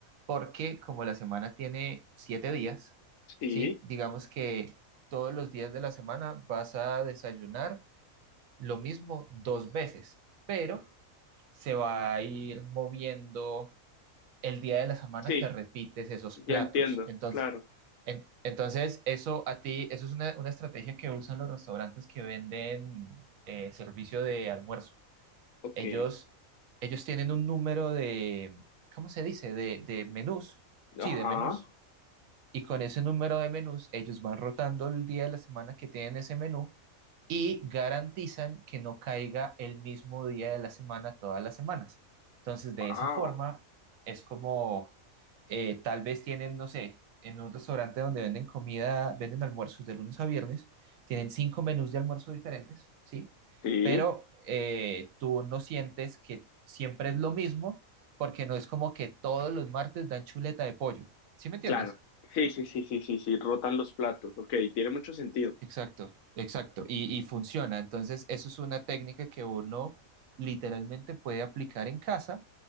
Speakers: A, on the right; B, on the left.
A: porque como la semana tiene siete días,
B: Sí.
A: ¿sí? Digamos que todos los días de la semana vas a desayunar lo mismo dos veces, pero se va a ir moviendo el día de la semana
B: Sí.
A: que repites esos
B: Ya
A: platos.
B: entiendo.
A: Entonces,
B: Claro.
A: en- entonces eso a ti, eso es una, una estrategia que usan los restaurantes que venden eh, servicio de almuerzo.
B: Ok.
A: Ellos, ellos tienen un número de, ¿cómo se dice? De, de menús. Sí,
B: Ajá.
A: de menús y con ese número de menús ellos van rotando el día de la semana que tienen ese menú y garantizan que no caiga el mismo día de la semana todas las semanas. Entonces,
B: Wow.
A: de esa forma, es como eh, tal vez tienen, no sé, en un restaurante donde venden comida, venden almuerzos de lunes a viernes, tienen cinco menús de almuerzo diferentes, ¿sí?
B: Sí.
A: Pero eh, tú no sientes que siempre es lo mismo porque no es como que todos los martes dan chuleta de pollo. ¿Sí me entiendes?
B: Claro. Sí, sí, sí, sí, sí, sí. Rotan los platos. Ok. Tiene mucho sentido.
A: Exacto, exacto. Y, y funciona. Entonces, eso es una técnica que uno literalmente puede aplicar en casa